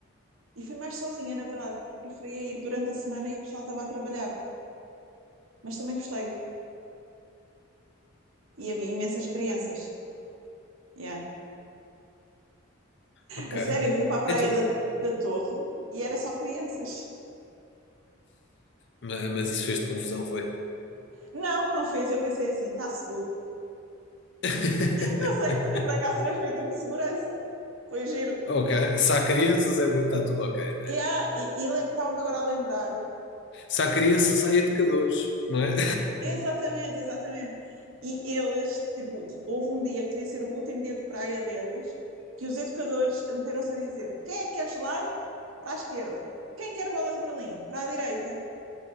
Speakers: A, on the right; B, on the left.
A: E fui mais sozinha, na verdade, porque preferia ir durante a semana e o pessoal estava a trabalhar. Mas também gostei. e havia imensas crianças. Yeah.
B: Ok.
A: A sério, eu fui para a praia
B: Então,
A: da, da Torre e era só crianças.
B: ma- mas isso fez-te confusão, foi?
A: Não, não fez. Eu pensei assim, está seguro.
B: <laughs>
A: Não sei, por acaso transmitiu-me segurança. Foi giro.
B: Ok. Se há crianças é porque está tudo ok, né?
A: Yeah, e e estava-me agora a lembrar.
B: Se há crianças, há educadores, não é?
A: Exatamente, exatamente. E eles, tipo, houve um dia que devia ser o último dia de praia deles, que os educadores meteram-se a dizer: quem é que quer gelado? Para a esquerda. Quem quer bola de Berlim? Para a direita.